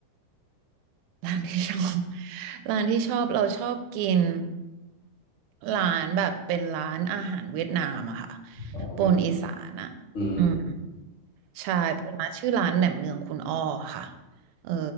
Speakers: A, on the right; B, on the left.
A: ร้านที่ชอบ <laughs> ร้านที่ชอบเราชอบกินร้านแบบเป็นร้านอาหารเวียดนามอะค่ะ
B: เอา
A: ปนอีสานอะ
B: อืม
A: อืมใช่เป็นร้านชื่อร้านแหนมเนืองคุณอ้อค่ะเออ